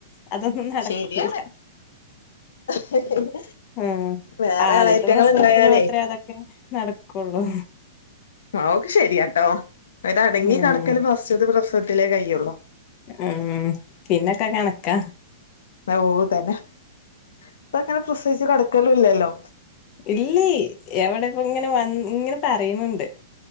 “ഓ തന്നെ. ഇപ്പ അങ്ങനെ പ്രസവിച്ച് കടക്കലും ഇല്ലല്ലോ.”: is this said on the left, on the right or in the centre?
Left